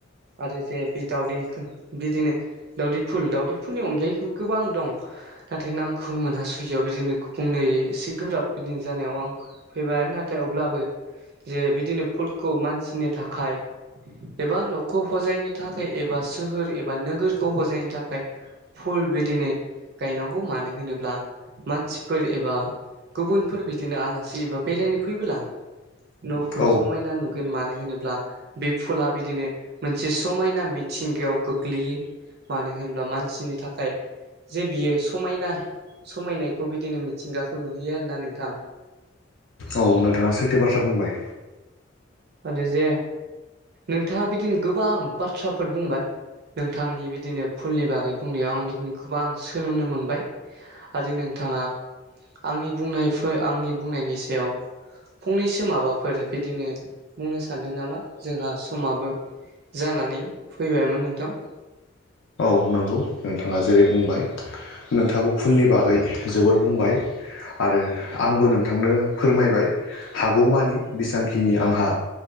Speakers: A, on the right (about 55°); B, on the left (about 70°).
A: आरो जे बे दावदैखौ बिदिनो दाावदै फुल दाावदै फुलनि अनगायैबो गोबां दं नाथाय नामखौ मोनहासुयियाव बिदिनोनै एसे गोब्राब बिदिनो जानायाव आं फैबाय नाथाय अब्लाबो जे बिदिनो फुलखौ मानसिनि थाखाय एबा न'खौ हजायनो थाखाय एबा सोहोर एबा नोगोरखौ हजायनो थाखाय फुल बिदिनो गायनांगौ मानो होनोब्ला मानसिफोर एबा गुबुनफोर बिदिनो आलासि एबा बेरायनो फैबोला न'खौ
B: औ
A: समायना नुगोन मानो होनोब्ला बे फुला बिदिनो मोनसे समायना मिथिंगायाव गोग्लैयो मानो होन्ला मानसिनि थाखाय जे बियो समायना समायनायखौ बिदिनो मिथिंगाखौ नुहैयो आरोना नोंथां
B: औ नोंथाङा सैथो बाथ्रा बुंबाय
A: आरो जे नोंथाङा बिदिनो गोबां बाथ्राफोर बुंबाय नोंथांनि बिदिनो फुलनि बागै बुंनायाव आं बिदिनो गोबां सोलोंनो मोनबाय आरो नोंथाङा आंनि बुंनायफोर आंनि बुंनायनि सायाव फंनैसो माबाफोर बिदिनो बुंनो सानदों नामा जोंहा समाबो जानानै फैबायमोन नोंथां।
B: बुं नांगौ नोंथाङा जेरै बुंबाय नोंथाङो फुलनि बागै जोबोर बुंबाय आरो आंबो नोंथांनो फोरमायबाय हागौमानि बेसांखिनि आंहा